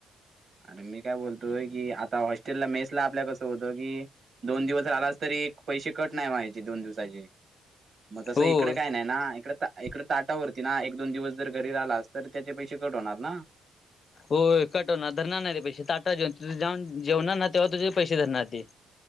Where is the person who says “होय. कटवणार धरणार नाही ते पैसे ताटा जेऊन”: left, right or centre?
Left